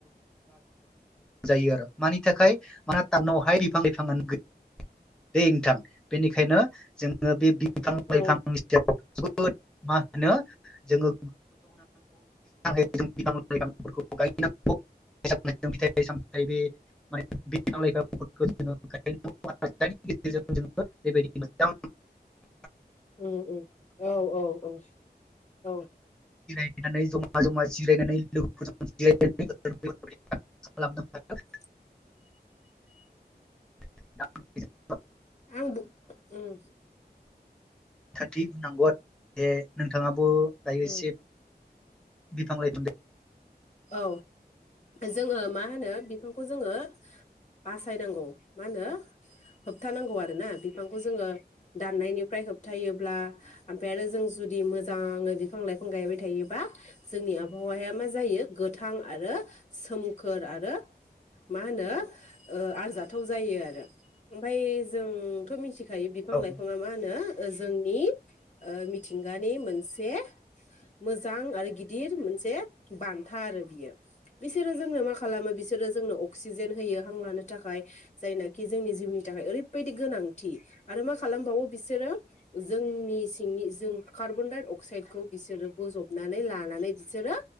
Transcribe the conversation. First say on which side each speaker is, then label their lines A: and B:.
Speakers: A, in the centre; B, on the left (about 45°).
A: जायो आरो मानि थाखाय म <unintelligible> टावनावहाय बिफां लाइफांआनो गैया ओय नोंथां बेनिखायनो जोङो बे बिफां लाइफां
B: औ
A: सायाव जोबोद माहोनो जोङो <unintelligible> गायनांगौ। <unintelligible> <unintelligible>
B: उम-उम औ-औ-औ।
A: <unintelligible> जमा जमा जिरायनानै लोगोफोरजों
B: <inaudible>
A: <unintelligible> <unintelligible>
B: आंबो उम
A: खाथि <unintelligible> नांगौ आरो जे नोंथाङाबो दायो
B: उम
A: एसे बिफां लाइफां
B: औ जोङो मा होनो बिफांखौ जोङो बासायनांगौ मा होनो होबथानांगौ आरोना बिफांखौ जोङो दाननायनिफ्राय होबथायोब्ला ओमफ्राय आरो जों जुदि मोजाङै बिफां लाइफां गायबाय थायोबा जोंनिया आबावाया मा जायो गोथां आरो सोमखोर आरो मा होनो ओ आरजाथाव जायो आरो ओमफ्राय जोंथ' मिथि खायो बिफां
A: औ
B: लाइफाङा मा होनो जोंनि मिथिंगानि मोनसे मोजां आरो गिदिर मोनसे बान्था आरो बियो बिसोरो जोंनो मा खालामो बिसोरो जोंनो अक्सिजेन होयो हां लानो थाखाय। जायनाखि जोंनि जिउनि थाखाय ओरैबायदि गोनांथि आरो मा खालामबावो बिसोरो जों जोंनि सिंनि जों कार्बन डाइ अक्साइदखौ बिसोरो बज'बनानै लानानै बिसोरो